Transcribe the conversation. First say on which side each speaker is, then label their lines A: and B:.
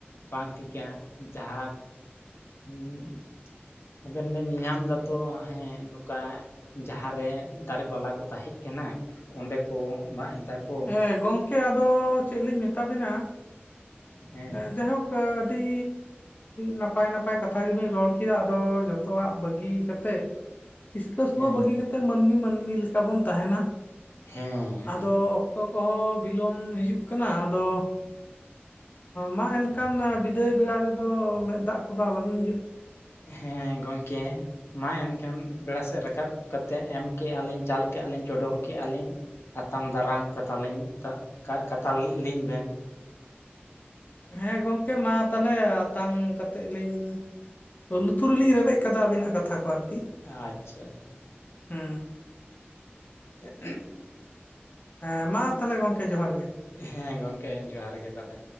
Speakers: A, on the left; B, on the left.
A: ᱵᱟᱝ ᱴᱷᱤᱠᱟ ᱡᱟᱦᱟᱸ <unintelligible> ᱟᱵᱮᱱ ᱵᱮᱱ ᱧᱟᱢ ᱫᱟᱛᱚ ᱦᱮᱸ ᱱᱚᱝᱠᱟ ᱡᱟᱸᱦᱟ ᱨᱮ ᱫᱟᱨᱮ ᱯᱟᱞᱟ ᱠᱚ ᱛᱟᱦᱮᱸ ᱠᱟᱱᱟ ᱚᱸᱰᱮ ᱠᱚ ᱢᱟᱜ ᱮᱫᱟ ᱠᱚ
B: ᱦᱮᱸ ᱜᱚᱝᱠᱮ ᱟᱫᱚ ᱪᱮᱫ ᱞᱤᱧ ᱢᱮᱛᱟ ᱵᱤᱱᱟ
A: ᱦᱮᱸ
B: ᱡᱟᱭ ᱦᱳᱠ ᱜᱚᱝᱠᱮ ᱟᱹᱰᱤ ᱱᱟᱯᱟᱭ ᱱᱟᱯᱟᱭ ᱠᱟᱛᱷᱟ ᱜᱮ ᱵᱤᱧ ᱨᱚᱲ ᱠᱮᱫᱟ ᱟᱫᱚ ᱡᱷᱚᱛᱚᱣᱟᱜ ᱵᱟᱹᱜᱤ ᱛᱮᱜ ᱦᱤᱥᱠᱟᱹᱵ
A: ᱦᱮᱸ
B: ᱠᱚ ᱵᱟᱹᱜᱤ ᱠᱟᱛᱮᱫ ᱢᱟᱹᱱᱢᱤ ᱢᱟᱹᱱᱢᱤ ᱞᱮᱠᱟ ᱵᱚᱱ ᱛᱟᱦᱮᱱᱟ
A: ᱦᱮᱸ
B: ᱟᱫᱚ ᱚᱠᱛᱚ ᱠᱚᱦᱚᱸ ᱵᱤᱞᱚᱢ ᱦᱤᱡᱩᱜ ᱠᱟᱱᱟ ᱟᱫᱚ ᱢᱟ ᱮᱱᱠᱷᱟᱱ ᱵᱤᱫᱟᱹᱭ ᱵᱮᱲᱟ ᱨᱮᱫᱚ ᱢᱮᱸᱫ ᱫᱟᱜ ᱠᱚᱫᱚ ᱟᱞᱚ ᱵᱤᱱ
A: ᱦᱮᱸ ᱜᱚᱝᱠᱮ ᱢᱟ ᱮᱱᱠᱷᱟᱱ ᱵᱮᱲᱟ ᱥᱮᱫ ᱨᱟᱠᱟᱵ ᱠᱟᱛᱮᱫ ᱮᱢ ᱠᱮᱜ-ᱟ ᱞᱤᱧ ᱪᱟᱞ ᱠᱮᱜ-ᱟ ᱞᱤᱧ ᱪᱚᱰᱚᱨ ᱠᱮᱜ-ᱟ ᱞᱤᱧ ᱟᱛᱟᱝ ᱫᱟᱨᱟᱢ ᱠᱟᱛᱟᱞᱤᱧ ᱠᱟᱛᱟ ᱞᱤᱧ ᱵᱮᱱ
B: ᱦᱮᱸ ᱜᱚᱝᱠᱮ ᱢᱟ ᱛᱟᱦᱚᱞᱮ ᱟᱛᱟᱝ ᱠᱟᱛᱮᱫ ᱞᱤᱧ ᱞᱩᱛᱩᱨ ᱨᱮ ᱞᱤᱧ ᱨᱮᱵᱮᱫ ᱠᱟᱫᱟ ᱟᱵᱤᱱᱟᱜ ᱠᱟᱛᱷᱟ ᱠᱚ ᱟᱨ ᱠᱤ
A: ᱟᱪᱪᱷᱟ ᱟᱪᱪᱷᱟ
B: ᱦᱩ
A: <unintelligible>
B: ᱦᱮ ᱢᱟ ᱛᱟᱦᱞᱮ ᱜᱚᱝᱠᱮ ᱡᱚᱦᱟᱨ ᱜᱮ
A: ᱦᱮᱸ ᱜᱚᱝᱠᱮ ᱡᱚᱦᱟᱨ ᱜᱮ ᱛᱟᱦᱞᱮ